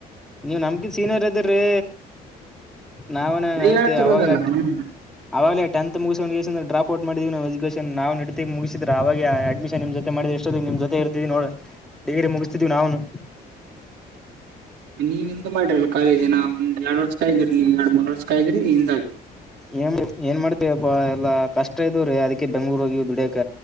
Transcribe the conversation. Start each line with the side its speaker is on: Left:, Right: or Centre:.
Centre: ನೀವು ನಮ್ಗಿನ್ ಸೀನಿಯರ್ ಅದ್ರೀ ನಾವೇನ್
Right: ಅದೇ
Centre: ಇವ್ನೇತಿ
Right: ಹೇಳ್ತಿರೋದಲ್ಲ
Centre: ಯವಾಗಲ ಅಟೆ.
Right: ಹ್ಮ್
Centre: ಅವಾಗಲೇ ಟೆಂತ್ ಮುಗಿಸ್ಗೊಂಡ್ಗೇಸಿಂದ ಡ್ರಾಪ್ ಔಟ್ ಮಾಡಿದವಿ ಎಜುಕೇಶನ್ ನಾವುನ ಇಟತಿಗೆ ಮುಗಿಸಿದ್ರ ಅವಾಗೆ ಆ ಅಡ್ಮಿಷನ್ಮ್ ಮಾಡಿದ್ರ ಇಷ್ಟತಿಗೆ ನಿಮ್ ಜೊತೆ ಇರ್ತೀದ್ದಿವಿ ನೋಡ್ ಡಿಗ್ರಿ ಮುಗಿಸ್ತದ್ದಿವಿ ನಾವುನು.
Right: ನೀವ ಎಂತ ಮಾಡಿರಲ್ಲ ಕಾಲೇಜಿನ ಒಂದ್ ಎರಡ್ ವರ್ಷ ಕಾಯ್ದಿರಿ ನೀ ಎರಡ್ ಮೂರ್ ವರ್ಷ ಕೈಗ್ರಿ ನಿಂದಾದ್ರಿ.
Centre: ಏನ್ ಏನ್ ಮಾಡ್ತಿಪಾ ಎಲ್ಲಾ ಕಷ್ಟ ಇದವ್ರೀ ಅದಕ್ಕೆ ಬೆಂಗ್ಳೂರ್ ಹೋಗಿ ದುಡಿಯಕ.